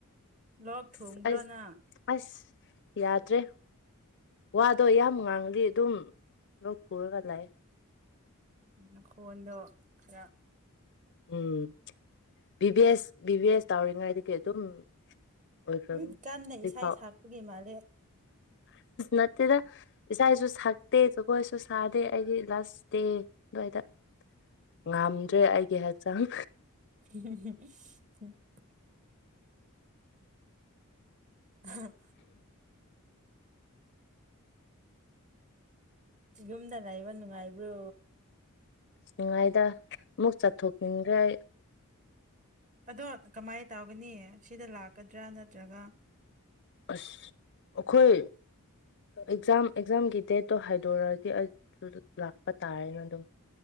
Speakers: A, on the right; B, on the left.
A: ꯂꯣꯛ ꯊꯣꯡꯕ꯭ꯔꯅ
B: ꯑꯁ ꯑꯩ ꯑꯁ ꯌꯥꯗ꯭ꯔꯦ ꯋꯥꯗꯣ ꯌꯥꯝ ꯉꯥꯡꯗꯤ ꯑꯗꯨꯝ ꯂꯧ ꯈꯨꯔꯒ ꯂꯥꯛ
A: ꯎ ꯈꯣꯟꯗꯣ ꯈꯔ
B: ꯎꯝ ꯚꯚꯤ ꯑꯦꯁ ꯚꯚꯤ ꯑꯦꯁ ꯇꯧꯔꯤꯉꯩꯗꯒꯤꯗꯒꯤ ꯑꯗꯨꯝ ꯑꯣꯏꯈ꯭ꯔꯕꯅꯤ
A: ꯎꯝ ꯀꯟꯅ
B: ꯍꯧꯖꯤꯛꯐꯥꯎ
A: ꯏꯁꯩ ꯁꯛꯄꯒꯤ ꯃꯥꯜꯂꯦ
B: ꯅꯠꯇꯦꯗ ꯏꯁꯥꯏꯁꯨ ꯁꯛꯇꯦ ꯖꯒꯣꯏꯁꯨ ꯁꯥꯗꯦ ꯑꯩꯒꯤ ꯂꯥꯁ ꯗꯦ ꯑꯗꯨꯋꯥꯏꯗ ꯉꯝꯗ꯭ꯔꯦ ꯑꯩꯒꯤ ꯍꯛꯆꯥꯡ
A: <unintelligible> ꯑ ꯌꯨꯝꯗ ꯂꯩꯕ ꯅꯨꯡꯉꯥꯏꯕ꯭ꯔꯣ
B: ꯑꯁꯉꯥꯏꯗ ꯑꯃꯨꯛ ꯆꯠꯊꯣꯛꯅꯤꯡꯈ꯭ꯔꯦ
A: ꯑꯗꯣ ꯀꯃꯥꯏꯅ ꯇꯧꯒꯅꯤ ꯁꯤꯗ ꯂꯥꯛꯀꯗ꯭ꯔꯥ ꯅꯠꯇ꯭ꯔꯒ
B: ꯑꯁ ꯑꯩꯈꯣꯏ ꯑꯦꯛꯖꯥꯝ ꯑꯦꯛꯖꯥꯝꯒꯤ ꯗꯦꯠꯇꯣ ꯍꯥꯏꯗꯣꯔꯛꯗꯤ ꯑꯗꯨ ꯂꯥꯛꯄ ꯇꯥꯔꯦꯅ ꯑꯗꯨꯝ